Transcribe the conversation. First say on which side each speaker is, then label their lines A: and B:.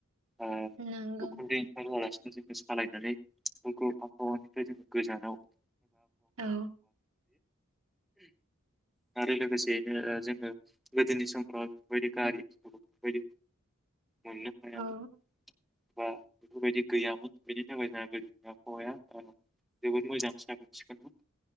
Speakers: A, in the centre; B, on the right.
A: होनानै
B: नंगौ
A: ओ <unintelligible> सालायनानै बैफोर आबहावानिफ्राय जोङो गोजानाव <unintelligible>
B: औ
A: <inaudible> आरो लोगोसेयैनो ओ जोङो गोदोनि समफ्राव बेफोर बायदि गारि बेफोर मोननो हायामोन
B: औ
A: बा बेफोर बायदि गैयामोन बेनि थाखाय जोंहा गोदोनि आबहावाया जोबोद मोजां साखोन सिखोनमोन